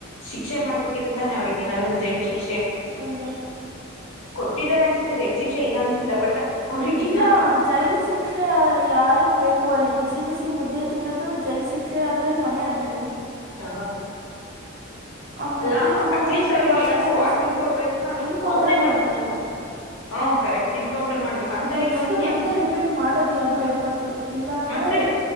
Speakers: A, on the left (about 75°); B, on the right (about 45°).
A: ಶಿಕ್ಷೆ ಮಾಡ್ಬೇಕಿತ್ತು ತಾನೆ ಅವ್ರಿಗೆ ಏನಾದ್ರು ಒಂದ ಜೈಲ ಶಿಕ್ಷೆ
B: ಅಂದು
A: ಕೊಟ್ಟಿದಿದ್ದಾರೆ ಅನ್ಸುತ್ತೆ ಜೈನ್ ಶಿಕ್ಷೆ ಇಲ್ಲ ಅಂತಿಲ್ಲ ಬಟ್ ಅವ್ರಿಗಿನ್ನ
B: ಇಲ್ಲ ಜೈಲ್ ಶಿಕ್ಷೆ ಯಾರಗ್ ಬೇಕು ಅಲ್ಲಿ ಬಿಸಿ ಬಿಸಿ ಮುದ್ದೆ ತಿನ್ನೋದು ಜೈಲ್ ಶಿಕ್ಷೆ ಆದ್ರೇನು ಮನೆ ಆದ್ರೇನು
A: ಹ
B: ಆ ಮುದ್ದೆ
A: ಅಲ್ಲ
B: ತಿನ್ನೋ
A: ಅಟ್ಲೀಸ್ಟ್
B: ಮೊದ್ಲು ಉಪವಾಸ
A: ಅವ್ರಿಗೆ ಏನಾದ್ರು
B: ಸಾಯಿಸ್ಬೇಕು
A: ವಾರ್ನಿಂಗ್ ಕೊಡ್ಬೇಕಾ
B: ಎನ್ಕೌಂಟರ್
A: ಅವನೇ ಮತ್
B: ಮಾಡ್ಬೇಕು
A: ಹ ಕರೆಕ್ಟ್ ಎನ್ಕೌಂಟರ್ ಮಾಡ್ಬೇಕು ಅಂತವ್ರಗ್
B: ನೆಕ್ಸ್ಟ್
A: ಮತ್ ಇನ್ನೇನ್
B: ಮತ್ತೆ ರಿಪೀಟ್ ಮಾಡೋದಿಲ್ಲ ಭಯಪಟ್ಟು ಇಲ್ಲ ಅಂದ್ರೆ
A: ಸರಿ